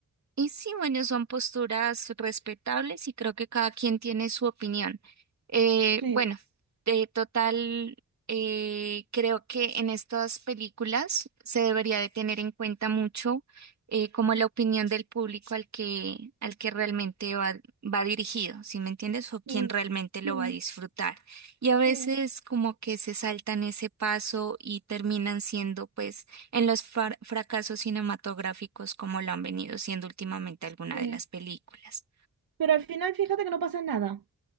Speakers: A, on the right (about 55°); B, on the right (about 85°).
A: Y sí, bueno, son posturas respetables y creo que cada quien tiene su opinión. Eh,
B: Sí,
A: bueno, de total, eh, creo que en estas películas se debería de tener en cuenta mucho eh, como la opinión del público al que, al que realmente va, va dirigido, ¿sí me entiendes? O quien
B: sí,
A: realmente lo
B: sí,
A: va a disfrutar. Y a veces
B: sí,
A: como que se saltan ese paso y terminan siendo pues en los far- fracasos cinematográficos como lo han venido siendo últimamente alguna
B: sí.
A: de las películas.
B: Pero al final fíjate que no pasa nada.